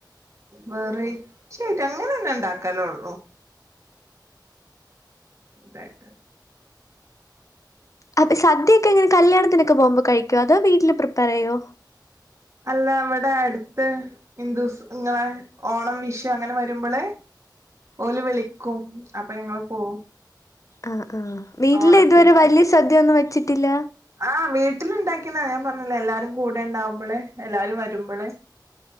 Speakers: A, on the right; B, on the left.
A: വെറെയ്റ്റി ആയിട്ട് അങ്ങനെന്നെ ഉണ്ടാക്കാനൊള്ളൂ തായിട്ട്
B: അപ്പ സദ്യയൊക്കെ എങ്ങനെ കല്യാണത്തിനൊക്കെ പോവുമ്പോ കഴിക്കോ അതോ വീട്ടില് പ്രിപ്പയറെയ്യോ
A: അല്ല ഇവടെ അടുത്ത് ഹിന്ദുസ് ഇങ്ങളെ ഓണം വിഷു അങ്ങനെ വരുമ്പോളേ ഓല് വിളിക്കും അപ്പൊ ഞങ്ങള് പോവും
B: ആഹ്ആഹ് വീട്ടില്
A: ഓണത്തിന്
B: ഇതുവരെ വലിയ സദ്ദ്യയൊന്നും വെച്ചിട്ടില്ല
A: ആഹ് വീട്ടിൽ ഉണ്ടാക്കിയണാ ഞാൻ പറഞ്ഞില്ലേ എല്ലാരും കൂടെ ണ്ടാവുമ്പോള് എല്ലാരും വരുമ്പോള്